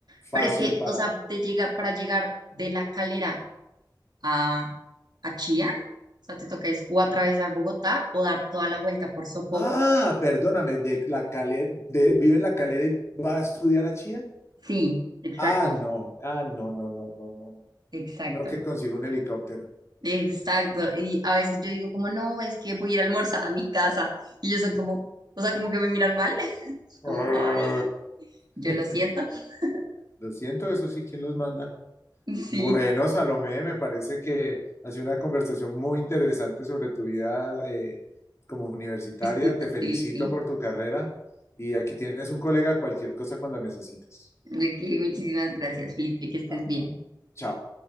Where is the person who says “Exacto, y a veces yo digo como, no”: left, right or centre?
Right